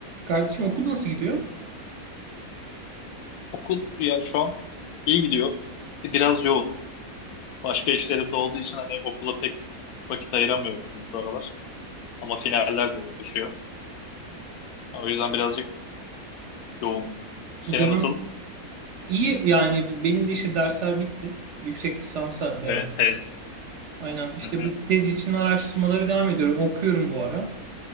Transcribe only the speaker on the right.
Kardeşim okul nasıl gidiyor?
Bu dönem
iyi yani benim de işte dersler bitti. Yüksek lisansa devam
ediyorum.
Aynen işte
bu tez için araştırmaları devam ediyorum. Okuyorum bu ara.